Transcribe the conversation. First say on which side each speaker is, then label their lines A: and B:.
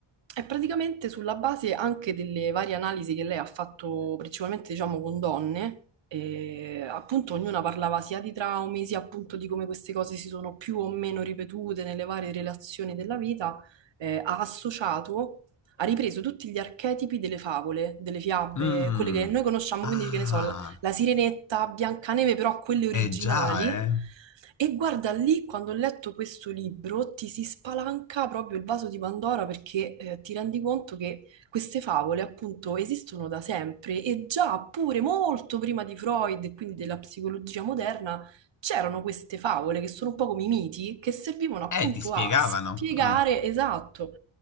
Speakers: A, on the right; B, on the left.
A: È praticamente sulla base anche delle varie analisi che lei ha fatto, principalmente diciamo con donne, e appunto ognuna parlava sia di traumi, sia appunto di come queste cose si sono più o meno ripetute nelle varie relazioni della vita, eh, ha associato, ha ripreso tutti gli archetipi delle favole, delle fiabe,
B: Mmm.
A: quelle che noi conosciamo,
B: Ah,
A: quindi che ne so, la Sirenetta, Biancaneve, però quelle originali.
B: eh già, eh.
A: E guarda lì, quando ho letto questo libro, ti si spalanca proprio il vaso di Pandora perché eh, ti rendi conto che queste favole appunto esistono da sempre e già pure molto prima di Freud e quindi della psicologia moderna c'erano queste favole che sono un po' come i miti che servivano appunto
B: Eh, ti spiegavano.
A: a spiegare
B: Mm.
A: esatto.